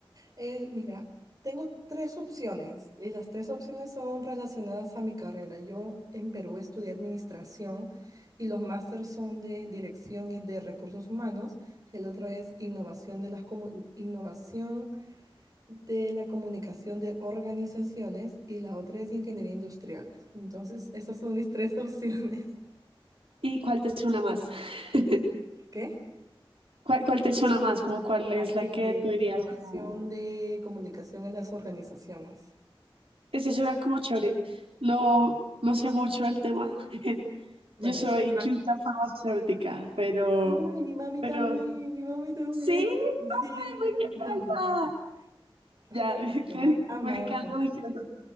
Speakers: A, on the right; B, on the right.
A: Eh, mira, tengo tres opciones y las tres opciones son relacionadas a mi carrera. Yo en Perú estudié administración y los másters son de dirección y de recursos humanos. El otro es innovación de las comu- innovación de la comunicación de organizaciones y la otra es ingeniería industrial. Entonces, esas son mis tres <laughs> opciones.
B: ¿Y cuál te suena más? <laughs>
A: ¿Qué?
B: ¿Cuál, cuál te suena más? Como cuál es la
A: El
B: que
A: de
B: tú dirías
A: innovación
B: como,
A: de comunicación en las organizaciones.
B: ese suena como chévere. No, no sé mucho del tema. <laughs>
A: Bueno,
B: Yo soy
A: yo te
B: química farmacéutica, pero,
A: Ay, mi mami
B: pero
A: también, mi mami también.
B: sí,
A: <laughs>
B: ay,
A: Sí, mi
B: me encanta.
A: mami también.
B: Ya,
A: Ay, mi
B: <laughs>
A: mamá ama
B: me encanta,
A: eso.
B: me encanta.